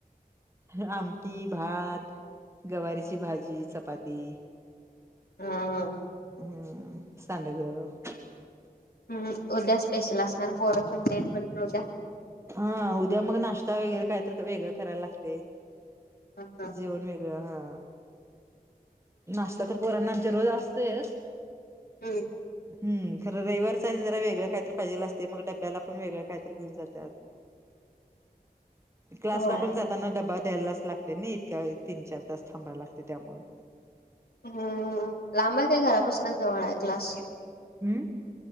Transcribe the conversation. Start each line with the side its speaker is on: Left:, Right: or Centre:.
Right: आमटी भात... गवारीची भाजी, चपाती
Left: हा..
Right: हम्म सांडगं
Left: हम् उद्या स्पेशल असणार पोर सुट्टी आहेत म्हटल उद्या
Right: हा उद्या मग नाश्ता वगैरे काय तर वेगळं करायला लागते
Left: हम्म.
Right: जेवण वेगळं हा नाश्ता तर पोरांना आमच्या रोज असतय.
Left: <inaudible> हम्म
Right: हम् खरं रविवार चा आणि जरा वेगळं काहीतरी पाहिजेल असते मग डब्याला पण वेगळं काहीतरी घेऊन जातात. क्लासला
Left: होय
Right: पण जाताना डबा द्यायलाच लागते ना इतक्या वेळ तीन, चार तास थांबाय लागते त्यामुळे
Left: हम्म.. लांब काय घरापासून जवळ आहे क्लास
Right: हम्